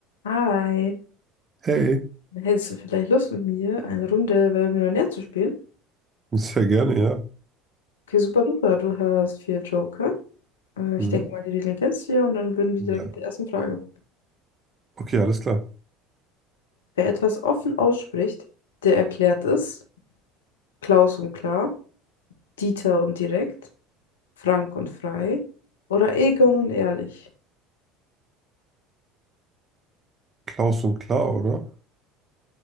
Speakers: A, on the left; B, on the right.
A: Hi,
B: Hey,
A: hättest du vielleicht Lust mit mir, eine Runde Wer wird Millionär zu spielen?
B: sehr gerne, ja.
A: Okay, super duper, du hast vier Joker. Äh, ich
B: Mhm.
A: denke mal, die Regeln kennst du ja und dann würden wir
B: Ja.
A: direkt mit der ersten Frage.
B: Okay, alles klar.
A: Wer etwas offen ausspricht, der erklärt es. Klaus und klar, Dieter und direkt, Frank und frei oder Egon und ehrlich.
B: Klaus und klar, oder?